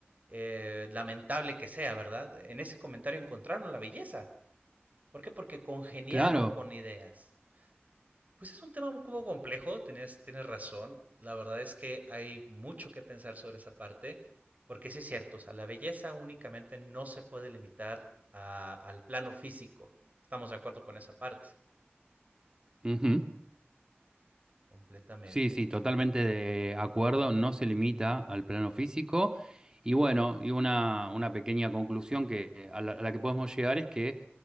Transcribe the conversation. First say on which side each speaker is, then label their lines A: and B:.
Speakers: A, on the right; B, on the right.
A: eh, lamentable que sea, ¿verdad? En ese comentario encontraron la belleza. ¿Por qué? Porque congeniaron
B: Claro.
A: con ideas. Pues es un tema un poco complejo, tienes, tienes razón. La verdad es que hay mucho que pensar sobre esa parte, porque sí es cierto, o sea, la belleza únicamente no se puede limitar a- al plano físico. Estamos de acuerdo con esa parte,
B: Ujú.
A: completamente.
B: Sí, sí, totalmente de acuerdo, no se limita al plano físico. Y bueno, y una, una pequeña conclusión que, a la, a la que podemos llegar es que